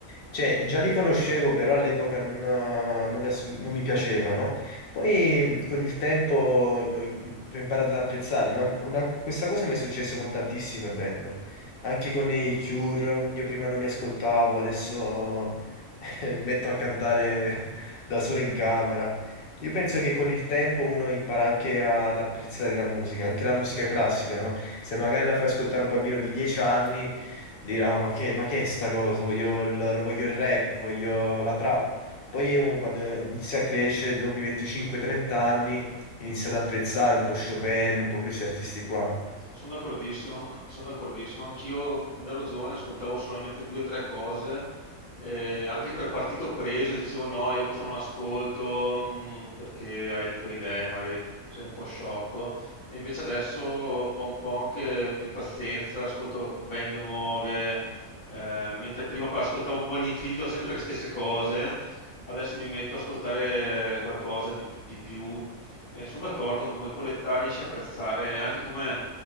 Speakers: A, on the left; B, on the left.
A: cioè già li conoscevo, però all'epoca non, eh, non li ass- non mi piacevano. Poi mh, con il tempo ho in- ho imparato ad apprezzarli, ma una- questa cosa mi è successa con tantissime band, anche con i Cure, io prima non li ascoltavo, adesso <laughs> eh, mi metto a cantare da solo in camera. Io penso che con il tempo uno impara anche ad apprezzare la musica, anche la musica classica, no? Se magari la fai ascoltare a un bambino di 10 anni, dirà, "Oh, ma che, ma che è sta cosa? Voglio il, voglio il rap, voglio la trap. Poi uno quando inizia a crescere, dopo i 25-30 anni, inizia ad apprezzare un po' Chopin, un po' questi artisti qua.
B: Sono d'accordissimo, sono d'accordissimo. Anch'io quando ero giovane ascoltavo solamente due o tre cose, eh, anche per partito preso dicevo no, io questo non ascolto mm, perché hai le tue idee, magari sei un po' sciocco. E invece adesso ho un po' anche più pazienza, ascolto band nuove, eh, mentre prima ascoltavo proprio all'infinito sempre le stesse cose, adesso mi metto ad ascoltare qualcosa di, di più. Eh, sono d'accordo, come con l'età riesci a apprezzare anche come,